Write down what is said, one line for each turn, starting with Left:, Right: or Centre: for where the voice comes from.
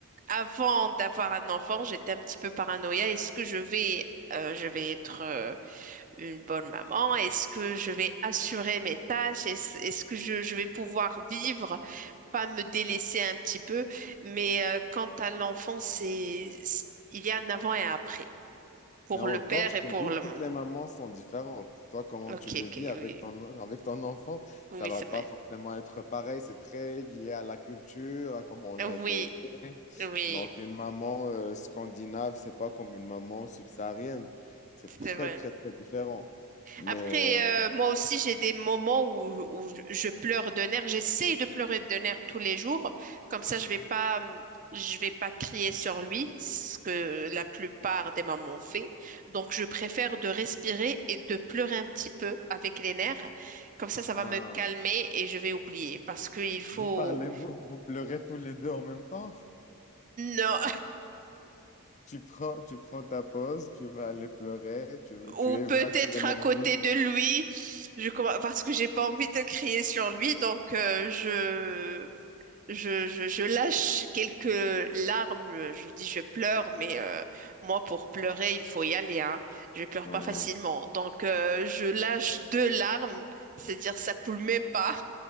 Right: avant d'avoir un enfant, j'étais un petit peu paranoïa. Est-ce que je vais... euh, je vais être euh, une bonne maman. Est-ce que je vais assurer mes tâches? Est-ce, est-ce que je, je vais pouvoir vivre, pas me délaisser un petit peu? Mais euh, quant à l'enfant, c'est, c'est- il y a un avant et un après. pour
Left: Mais encore,
Right: le père
Left: je
Right: et pour
Left: te dis,
Right: la
Left: toutes
Right: maman.
Left: les mamans sont différentes. Toi, comment
Right: Ok,
Left: tu le
Right: ok,
Left: vis avec
Right: oui.
Left: ton, avec ton enfant,
Right: Oui,
Left: ça va
Right: c'est
Left: pas
Right: vrai.
Left: forcément être pareil. C'est très lié à la culture, à comment on
Right: Oui,
Left: a été élevé.
Right: oui,
Left: Donc, une maman euh, scandinave, c'est pas comme une maman subsaharienne. C'est
Right: c'est
Left: très,
Right: vrai.
Left: très, très différent. Mais
Right: Après,
Left: euh,
Right: euh, moi aussi, j'ai des moments où, où je je pleure de nerfs. J'essaye de pleurer de nerfs tous les jours. Comme ça, je vais pas, hum, je vais pas crier sur lui, ce que la plupart des mamans fait. Donc, je préfère de respirer et de pleurer un petit peu avec les nerfs. Comme ça, ça
Left: ah,
Right: va me calmer et je vais oublier. Parce qu'il faut...
Left: vous parlez, vous, vous pleurez tous les deux en même temps. <laughs>
Right: Non,
Left: Tu prends, tu prends ta pause, tu vas aller pleurer, tu,
Right: ou
Left: tu évacues
Right: peut-être
Left: l'énergie.
Right: à côté de lui, je, commen- parce que j'ai pas envie de crier sur lui, donc euh, je, je, je, je lâche quelques larmes, je dis je pleure, mais euh, moi pour pleurer, il faut y aller, hein. Je pleure
Left: Ouais,
Right: pas facilement, donc euh, je lâche deux larmes, c'est-à-dire ça coule même pas,